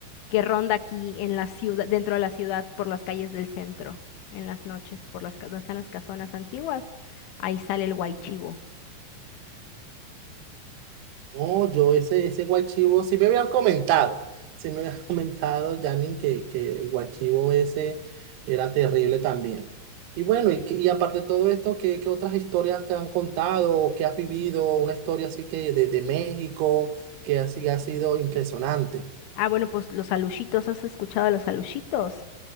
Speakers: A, on the left; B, on the right.
A: que ronda aquí en la ciudad, dentro de la ciudad, por las calles del centro, en las noches, por las, ca- donde están las casonas antiguas, ahí sale el guaychivo.
B: Oh, yo ese, ese guachivo, sí me habían comentado, sí me habían <laughs> comentado, Janine, que, que el guachivo ese era terrible también. Y bueno, y, que- y aparte de todo esto, ¿qué, qué otras historias te han contado o qué has vivido? Una historia así que de, de México, que así ha sido impresionante.
A: Ah, bueno, pues los alushitos, ¿has escuchado de los alushitos?